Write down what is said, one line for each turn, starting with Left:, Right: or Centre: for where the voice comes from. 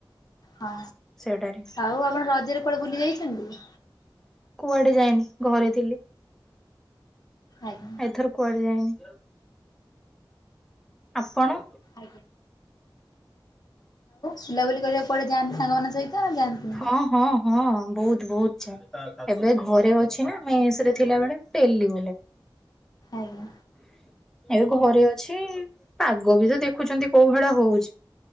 Left: ହଁ
Centre: ସେଇଟାରେ।
Left: ଆଉ ଆପଣ ରଜରେ କୁଆଡେ ବୁଲି ଯାଇଛନ୍ତି?
Centre: କୁଆଡେ ଯାଇନି ଘରେ ଥିଲି।
Left: ଆଜ୍ଞା।
Centre: ଏଥର କୁଆଡେ ଯାଇନି। ଆପଣ?
Left: ଆଉ ବୁଲାବୁଲି କରିବାକୁ କୁଆଡେ ଯାଆନ୍ତି ସାଙ୍ଗମାନଙ୍କ ସହିତ ନା ଯାଆନ୍ତିନି?
Centre: ହଁ ହଁ ହଁ ବହୁତ ବହୁତ ଯାଏ। ଏବେ ଘରେ ଅଛି ନା ମେସ ରେ ଥିଲାବେଳେ ମୁଁ ଡେଲି ବୁଲେ।
Left: ଆଜ୍ଞା।
Centre: ଏବେ ଘରେ ଅଛି, ପାଗ ବି ତ ଦେଖୁଛନ୍ତି କୋଉ ଭଲ ହଉଛି।